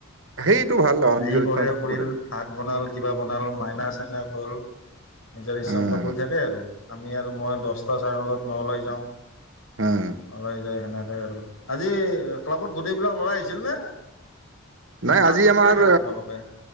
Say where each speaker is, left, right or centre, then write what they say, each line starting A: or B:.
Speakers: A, on the right (about 65°); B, on the left (about 85°).
A: সেইটো ভাল অ
B: যি
A: নিজৰ
B: কৰে
A: ইচ্ছা মতে থাকিব
B: কৰিল,
A: পাৰে
B: ভাত বনাল। কিবা বনাল মাইনা চাইনা হ'ল। নিজাৰ ইচ্ছামতো
A: উম
B: কৰি থাকে আৰু। আমি আৰু মই দছটা চাৰে নটাত মানত ওলাই যাওঁ।
A: উম
B: ওলাই যায় সেনে আজি ক্লাবত গোটেইবিলাক লৰা আহিছিল নে?
A: নাই
B: না
A: আজি
B: আগৰকেইটাই
A: আমাৰ
B: থাকা তোমালোকে